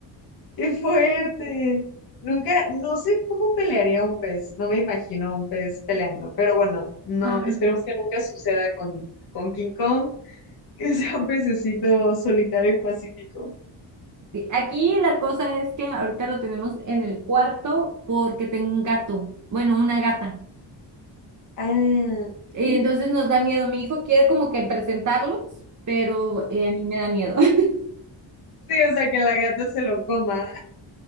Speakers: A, on the left; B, on the right.
A: ¡Qué fuerte! Nunca, no sé cómo pelearía un pez, no me imagino a un pez peleando, pero bueno, no,
B: Ajá.
A: esperemos que nunca suceda con, con King Kong, <laughs> que sea un pececito solitario y pacífico.
B: Sí, Aquí la cosa es que ahorita lo tenemos en el cuarto porque tengo un gato, bueno, una gata.
A: Ah,
B: Eh, Entonces nos da miedo. Mi hijo quiere como que presentarlos, pero eh, a mí me da miedo. <laughs>
A: sí, o sea, que la gata se lo coma.